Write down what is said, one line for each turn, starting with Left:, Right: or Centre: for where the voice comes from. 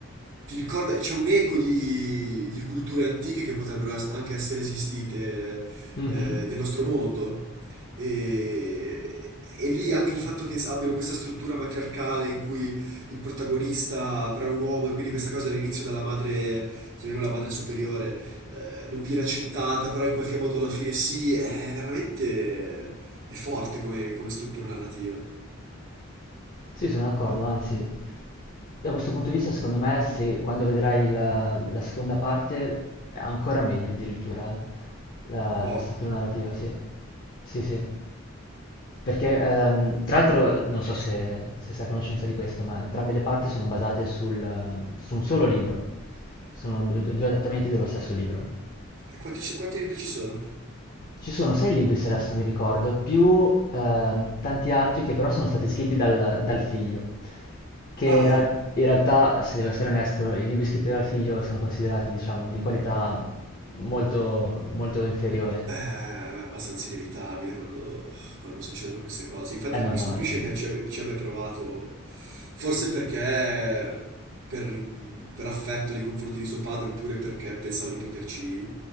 Right: Ti ricorda, c'è un eco di, di culture antiche che potrebbero as- anche essere esistite
Left: Mhm.
Right: eh, nel nostro mondo. E, e lì anche il fatto che s- abbiano questa struttura matriarcale in cui il protagonista però è un uomo e quindi questa cosa all'inizio dalla madre, chiamiamola madre superiore, eh, non viene accettata, però in qualche modo alla fine sì, è veramente è forte come, come struttura narrativa.
Left: Sì, sono d'accordo, anzi, da questo punto di vista, secondo me, se quando vedrai la, la seconda parte è ancora meglio addirittura la,
Right: Wow,
Left: la struttura narrativa, sì. Sì, sì. Perché, ehm, tra l'altro, non so se, se sei a conoscenza di questo, ma entrambe le parti sono basate sul, su un solo libro. Sono due due adattamenti dello stesso libro.
Right: E quanti, quanti libri ci sono?
Left: Ci sono sei libri se adesso mi ricordo, più ehm, tanti altri che però sono stati scritti dal, dal figlio, che
Right: Ah,
Left: in ra- in realtà, se devo essere onesto, i libri scritti dal figlio sono considerati, diciamo, di qualità molto, molto inferiore.
Right: eh, è abbastanza inevitabile quando, quando succedono queste cose. Infatti
Left: È normale,
Right: mi stupisce
Left: sì.
Right: che ci abbia, ci abbia provato, forse perché per, per affetto nei confronti di suo padre, oppure perché pensava di poterci